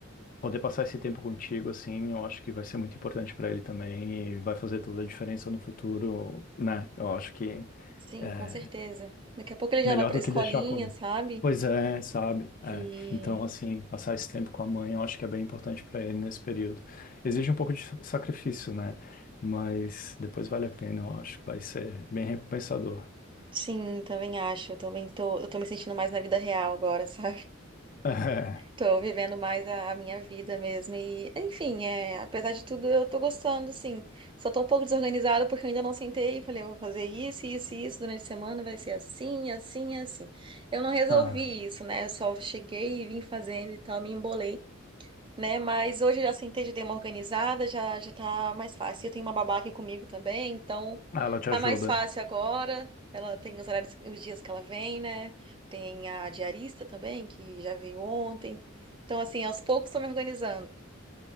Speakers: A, on the left; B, on the right.
A: poder passar esse tempo contigo, assim, eu acho que vai ser muito importante para ele também e vai fazer toda a diferença no futuro, né? Eu acho que
B: Sim,
A: é,
B: com certeza. Daqui a pouco ele
A: Melhor
B: já vai pra
A: do
B: escolinha,
A: que deixar comigo.
B: sabe?
A: Pois é, sabe? É.
B: E.
A: Então, assim, passar esse tempo com a mãe, eu acho que é bem importante para ele nesse período. Exige um pouco de sacrifício, né? Mas depois vale a pena, eu acho que vai ser bem recompensador. <laughs>
B: Sim, também acho. Eu também tô, eu tô me sentindo mais na vida real agora, <laughs> sabe?
A: É.
B: Tô vivendo mais a, a minha vida mesmo. E, enfim, é, apesar de tudo, eu tô gostando, sim. Só tô um pouco desorganizada porque eu ainda não sentei e falei, eu vou fazer isso, isso e isso durante a semana, vai ser assim, assim, assim. Eu não resolvi
A: Ah,
B: isso, né? Eu só cheguei e vim fazendo e tal, me embolei né? Mas hoje eu já sentei de dei uma organizada, já já tá mais fácil. Eu tenho uma babá aqui comigo também, então
A: ela te
B: tá
A: ajuda.
B: mais fácil agora. Ela tem os horários, os dias que ela vem, né? Tem a diarista também, que já veio ontem. Então, assim, aos poucos estou me organizando.